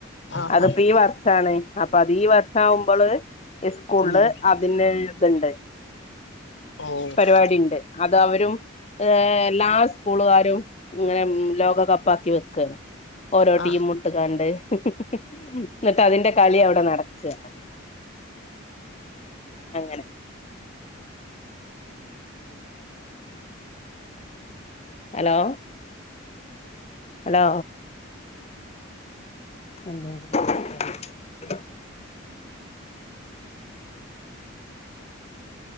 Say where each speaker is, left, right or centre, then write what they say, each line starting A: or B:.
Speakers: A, on the left; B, on the left.
A: ആഹ്
B: അതിപ്പോ
A: ആഹ്
B: ഈ വർഷാണ് അപ്പൊ അതീഈ വർഷ ആകുമ്പോള് സ്കൂളില്
A: ആഹ്
B: അതി എഴുതുണ്ട്
A: ഓ
B: പരിപാടി ഉണ്ട് അത അവരും എല്ലാ സ്കൂളുകാരും ഇങ്ങനെ ലോകകപ്പ്ാക്കി വെക്കുക ഓരോ
A: ആ
B: ടീം മുട്ടുകാ എന്നിട്ട് അതിന്റെ കളി അവിടെ നടക്കുക അങ്ങനെ hello hello <inaudible>